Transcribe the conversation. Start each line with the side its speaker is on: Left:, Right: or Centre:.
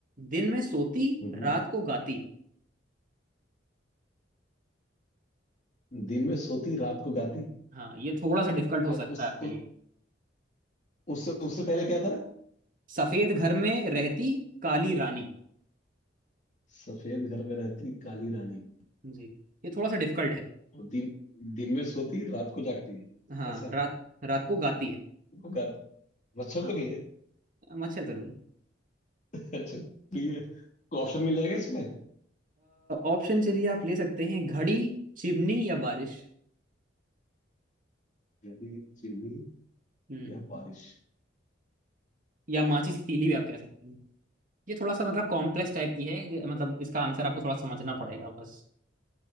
Right: दिन में सोती
Left: हम्म
Right: रात को गाती
Left: दिन में सोती रात को गाती
Right: हाँ ये थोड़ा सा डिफिकल्ट हो
Left: अ,
Right: सकता
Left: उस
Right: है आपके
Left: उस
Right: लिए
Left: उससे उससे पहले क्या था
Right: सफेद घर में रहती काली रानी
Left: सफेद घर में रहती काली रानी
Right: जी ये थोड़ा सा डिफिकल्ट है
Left: वो दिन दिन में सोती रात को जागती है
Right: हाँ
Left: ऐसा
Right: रात
Left: है।
Right: रात को गाती है
Left: को गाती मच्छर
Right: हाँ
Left: तो नहीं है
Right: मच्छर तो नहीं
Left: <laughs> अच्छा ठीक है कोई ऑप्शन मिल जाएगा इसमें
Right: ऑप्शन चलिए आप ले सकते हैं घड़ी चिमनी या बारिश
Left: यदि चिमनी
Right: हम्म
Left: या बारिश
Right: या माचिस की तीली भी आप कह सकते हैं ये थोड़ा सा मतलब कॉम्प्लेक्स टाइप की है ये मतलब इसका आंसर आपको थोड़ा समझना पड़ेगा बस